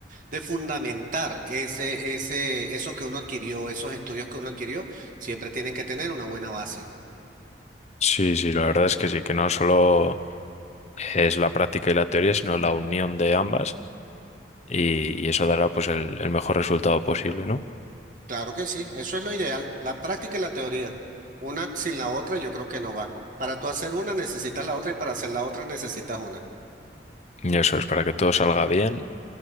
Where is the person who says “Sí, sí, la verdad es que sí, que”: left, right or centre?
Left